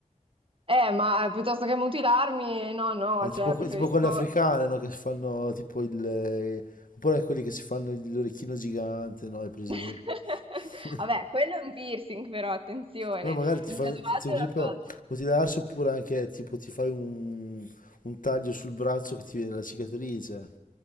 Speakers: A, on the right; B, on the left.
A: Eh, ma piuttosto che mutilarmi, no, no,
B: È tipo,
A: cioè
B: que-
A: preferisco...
B: tipo quelle africane, no? Che si fanno tipo il... eh, Oppure quelli che si fanno l'orecchino gigante, no? Hai presente?
A: <laughs>
B: <laughs>
A: Vabbè, quello è un piercing però, attenzione,
B: Ma magari ti
A: il
B: fai,
A: tatuaggio
B: ti- per
A: è
B: esempio,
A: una cosa.
B: mutilarsi oppure anche tipo ti fai un, un taglio sul braccio che ti viene la cicatrice.